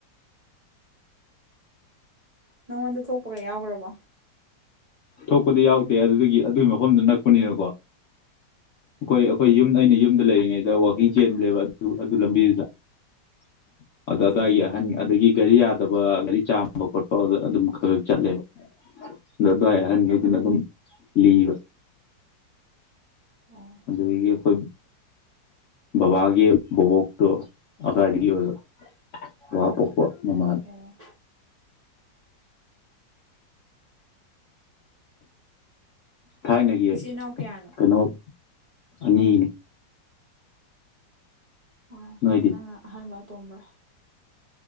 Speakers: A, on the right (about 55°); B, on the left (about 65°).
A: ꯅꯪꯉꯣꯟꯗ ꯊꯣꯛꯄꯒ ꯌꯥꯎꯈ꯭ꯔꯕꯣ꯫
B: ꯊꯣꯛꯄꯗꯤ ꯌꯥꯎꯗꯦ ꯑꯗꯨꯗꯒꯤ ꯑꯗꯨꯒꯤ ꯃꯐꯝꯗꯨꯣ ꯅꯛꯄꯅꯤꯅꯀꯣ꯫ ꯑꯩꯈꯣꯏ ꯑꯩꯈꯣꯏ
A: ꯎꯝ
B: ꯌꯨꯝ ꯑꯩꯅ ꯌꯨꯝꯗ ꯂꯩꯔꯤꯉꯩꯗ ꯋꯥꯛꯀꯤꯡ ꯆꯦꯟꯕꯅꯦꯕ ꯑꯗꯨ ꯑꯗꯨ ꯂꯝꯕꯤꯗꯨꯗ꯫ <inaudible> ꯑꯗꯨꯗ
A: ꯎꯝ
B: ꯑꯋꯥꯏꯒꯤ ꯑꯍꯟ ꯑꯗꯒꯤ ꯒꯥꯔꯤ ꯌꯥꯗꯕ ꯒꯥꯔꯤ ꯆꯥꯝꯕ ꯈꯣꯠꯄ ꯑꯗꯨꯝ ꯈ ꯈꯛ ꯆꯠꯂꯦꯕ꯫ ꯑꯗꯨꯋꯥꯏ ꯑꯍꯟꯅꯤ ꯑꯗꯨꯅ
A: ꯑꯣ
B: ꯑꯗꯨꯝ ꯂꯤꯕ꯫
A: ꯑꯣ
B: ꯑꯗꯨꯗꯒꯤ ꯑꯩꯈꯣꯏ꯫ ꯕꯕꯥꯒꯤ ꯕꯕꯣꯛꯇꯣ ꯑꯗꯨꯗꯥꯏꯗꯒꯤ ꯑꯣꯏꯕ ꯕꯥ ꯄꯣꯛꯄ꯫ ꯃꯃꯜ꯫
A: ꯑꯣ
B: ꯊꯥꯏꯅꯒꯤ
A: ꯏꯆꯤꯜ ꯏꯅꯥꯎ ꯀꯌꯥꯅꯣ
B: ꯀꯩꯅꯣ ꯑꯅꯤꯅꯤ꯫
A: ꯑꯣ
B: ꯅꯣꯏꯗꯤ
A: ꯅꯪꯅ ꯑꯍꯟꯂ ꯇꯣꯝꯕ꯭ꯔꯥ꯫